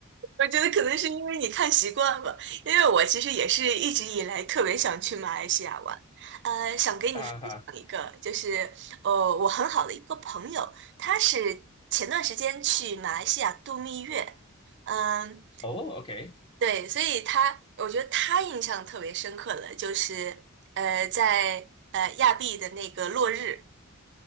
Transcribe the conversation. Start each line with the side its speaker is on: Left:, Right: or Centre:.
Right: 我觉得可能是因为你看习惯了，因为我其实也是一直以来特别想去马来西亚玩，呃，想给你分享一个，
Left: <laughs> 哈哈，
Right: 就是呃，我很好的一个朋友，他是前段时间去马来西亚度蜜月，嗯。
Left: 哦，OK，
Right: 对，所以他，我觉得他印象特别深刻的就是，呃，在呃亚庇的那个落日，